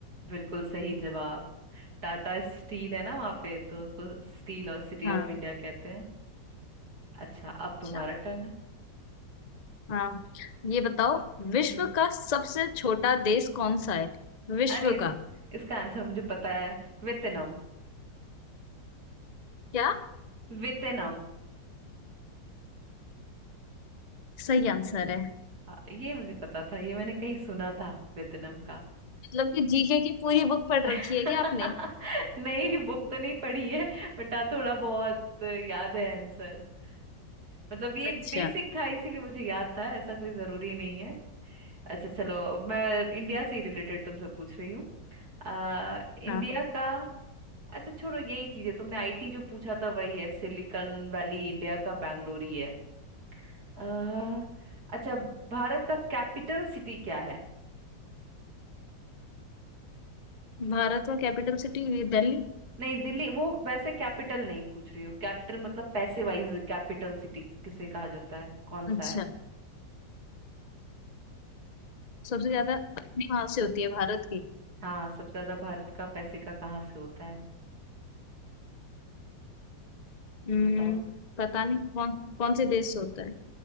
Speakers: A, on the right; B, on the left.
A: बिल्कुल सही जवाब टाटा स्टील है ना वहां पे तो उसको स्टील और सिटी
B: हाँ
A: ऑफ इंडिया कहते हैं अच्छा अब
B: अच्छा
A: तुम्हारा टर्न है
B: हाँ ये बताओ विश्व
A: हम्म।
B: का सबसे छोटा देश कौन सा है विश्व
A: अरे इस
B: का
A: इसका आंसर मुझे पता है वेतनम
B: क्या
A: वेतनम
B: सही आंसर है
A: हाँ, ये मुझे पता था ये मैंने कहीं सुना था वेतनम का
B: मतलब कि जीके की पूरी बुक पढ़ रखी
A: <laughs>
B: है क्या आपने
A: नहीं बुक तो नहीं पढ़ी है बट हाँ, थोड़ा बहुत याद है आंसर मतलब ये
B: अच्छा
A: बेसिक था इसीलिए मुझे याद था ऐसा कोई जरूरी नहीं है अच्छा चलो मैं इंडिया से ही रिलेटेड तुमसे पूछ रही हूँ आ, इंडिया
B: हाँ
A: का अच्छा छोड़ो यही चीज है तुमने आईटी जो पूछा था वही है सिलिकॉन वैली इंडिया का बैंगलोर ही है अह, अच्छा भारत का कैपिटल सिटी क्या है
B: भारत का कैपिटल सिटी दिल्ली
A: नहीं दिल्ली वो वैसे कैपिटल नहीं पूछ रही हो कैपिटल मतलब पैसे वाइज कैपिटल सिटी किसे कहा जाता है कौन
B: अच्छा
A: सा है
B: सबसे ज्यादा अग्नि वहां से होती है भारत की
A: हाँ सबसे ज्यादा भारत का पैसे का कहाँ से होता है
B: हम्म
A: बताओ
B: पता नहीं कौन कौन से देश से होता है